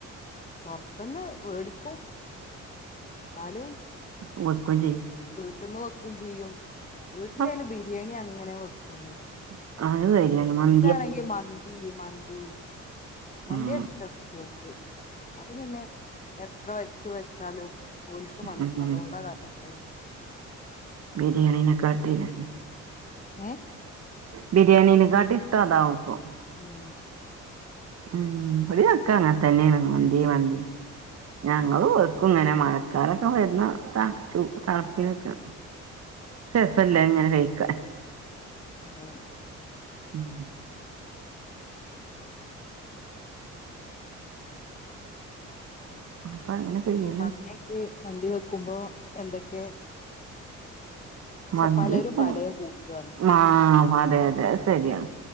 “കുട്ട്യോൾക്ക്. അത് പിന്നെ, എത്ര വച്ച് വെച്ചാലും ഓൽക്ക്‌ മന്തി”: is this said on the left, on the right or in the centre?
Left